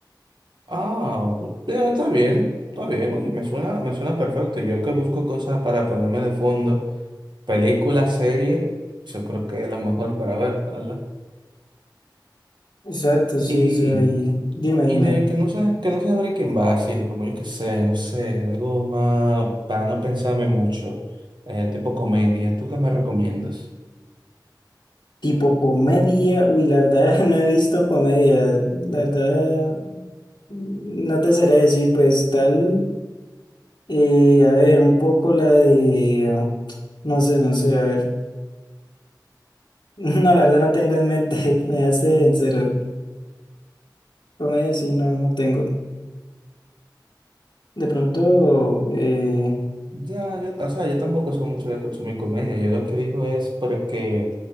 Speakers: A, on the right; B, on the left.
A: Ah, pues, ya, está bien, está bien. Oye, me suena, me suena perfecto. Yo que busco cosas para ponerme de fondo, película, serie, yo creo que es la mejor para ver, ¿verdad?
B: Exacto, sí,
A: Y...
B: o sea, y dime, dime,
A: Y de que no se, que no se abre quién va, así, como yo que sé, no sé, algo más para no pensarme mucho, eh, tipo comedia, ¿tú qué me recomiendas?
B: tipo comedia, uy, la verdad <laughs> no he visto comedia, la verdad no te sabría decir, pues tal, eh, a ver, un poco la de, no sé, no sé, a ver, <laughs> no, la verdad no tengo en mente, <laughs> me hace en cero, comedia sí, no, no tengo, de pronto, eh,
A: Ya, yo, o sea, yo tampoco soy mucho de consumir comedia, yo lo que digo es porque